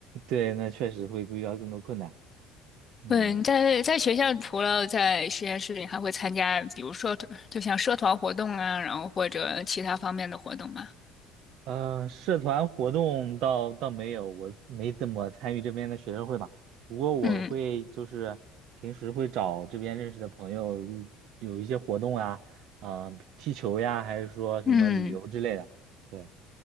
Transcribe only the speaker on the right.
对，那确实会遇到更多困难。嗯
呃，社团活动倒倒没有，我没怎么参与这边的学生会吧。不过我会就是平时会找这边认识的朋友一，
有一些活动啊，啊、踢球呀，还是说什么旅游之类的。
对